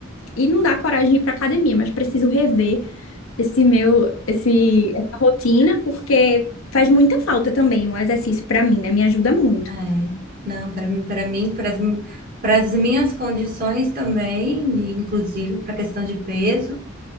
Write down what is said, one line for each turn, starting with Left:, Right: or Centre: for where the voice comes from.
Left: E não dá coragem de ir para academia, mas preciso rever esse meu, esse, essa rotina, porque faz muita falta também o exercício para mim, né? Me ajuda muito.
Right: É, não, para mim, para mim, para as minhas condições também, e inclusive para a questão de peso.